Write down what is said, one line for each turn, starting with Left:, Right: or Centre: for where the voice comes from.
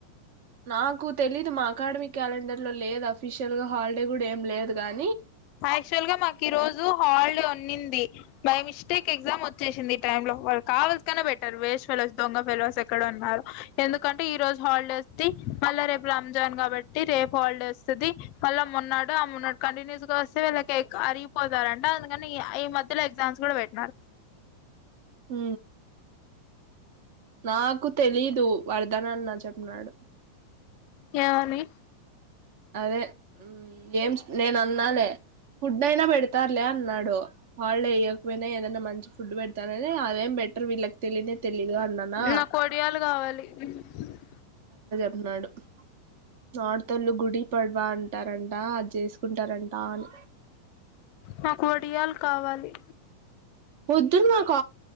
Right: నాకు తెలీదు మా అకాడమీ క్యాలెండర్. లేదు అఫిషియల్గా హాలిడే కూడా ఏం లేదు గానీ.
Left: యాక్చువల్ గా మాకు ఈ రోజు హాలిడే ఉన్నింది. బై మిస్టేక్ ఎగ్జామ్ వచ్చేసింది. టైమ్ లో వాళ్ళు కావల్సీగానే పెట్టారు. వేస్ట్ ఫెలస్, దొంగ ఫెలస్ ఎక్కడ ఉన్నారు. ఎందుకంటే ఈ రోజు హాలిడేస్ది మళ్ళ రేపు రంజాన్ కాబట్టి రేపు హాలిడేది వస్తుది. మళ్ళ మొన్నాడు ఆ మన్నాడు కంటిన్యూస్ గా వీళ్ళకి ఎక్క అరిగిపోతారంట అందుకని ఈ మధ్యలో ఎగ్జామ్స్ కూడా పెట్టినారు.
Right: ఊ నాకు తెలీదు వరదనన్న చేప్ప నాడు
Left: ఎవని
Right: అదే ఏం చ్ నేను అన్నాలే ఫుడ్ అయినా పెడతారు. లేన్నాడు. హాల్డే ఇయ్యకపోయినా ఏదైనా మంచి ఫుడ్ పెడతాననే అదేం బెటర్ వీళ్ళకి తెలీనె తెలీదు అన్నానా
Left: నాకు వడియాలు <inaudible>
Right: అన్నాడు నార్తోళ్ళు గుడి పడవా అంటారంట అది చేసుకుంటారంట అని
Left: నాకు వడియాలు కావాలి
Right: పొద్దున్న నాకు